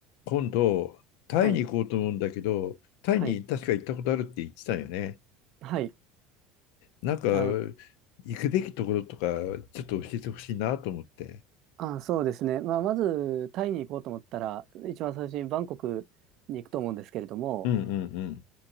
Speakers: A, on the left (about 70°); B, on the right (about 45°).
A: 今度、タイに行こうと思うんだけど、
B: はい、
A: タイに確か行ったことあるって言ってたよね。
B: はい、はい。
A: なんか、
B: あの、
A: 行くべきところとか、ちょっと教えてほしいなと思って。
B: あ、そうですね。まあ、まず、タイに行こうと思ったら、一番最初にバンコクに行くと思うんですけれども、
A: うんうんうん。